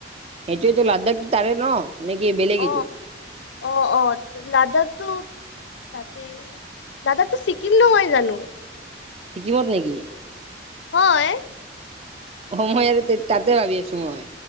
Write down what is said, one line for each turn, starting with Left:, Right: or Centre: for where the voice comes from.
Right: সেইটোৱেটো লাডাখ তাৰে ন। নে কি বেলেগ
Left: অ
Right: এটো?
Left: অ অ লাডাখটো তাতে লাডাখটো ছিকিম নহয় জানো।
Right: ছিকিমত নেকি?
Left: হয়।
Right: সময় আৰু তে তাতে ভাবি আছো মই।